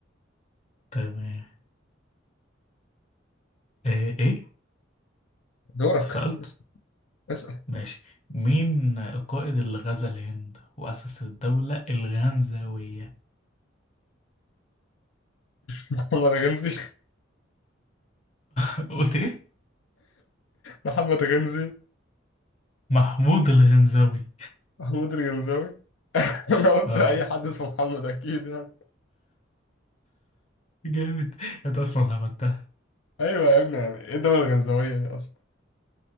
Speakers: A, on the left; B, on the left.
A: تمام إيه إيه؟
B: دورك
A: اتسألت
B: اسأل اسأل
A: ماشي مين القائد اللي غزا الهند وأسس الدولة الغنزاوية
B: محمد غنزي
A: <laughs> قلت إيه؟
B: محمد غنزي
A: محمود الغنزاوي
B: محمود الغنزاوي <laughs> أنا قلت
A: اه
B: أي حد اسمه محمد أكيد يعني
A: جامد انت اصلا عملتها
B: أيوة يا ابني يعني إيه الدولة الغنزاوية دي أصلا؟